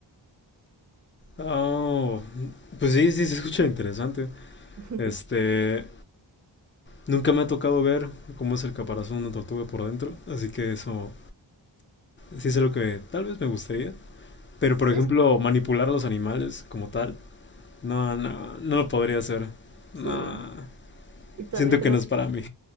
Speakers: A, on the left (about 30°); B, on the right (about 40°).
A: Oh, pues sí, sí, se escucha interesante.
B: <laughs>
A: Este, nunca me ha tocado ver cómo es el caparazón de una tortuga por dentro, así que eso sí es lo que tal vez me gustaría. Pero,
B: Sesco,
A: por ejemplo, manipular a los animales como tal, no, no, no lo podría hacer.
B: sí.
A: No,
B: Y también
A: siento
B: tenemos
A: que no es para mí.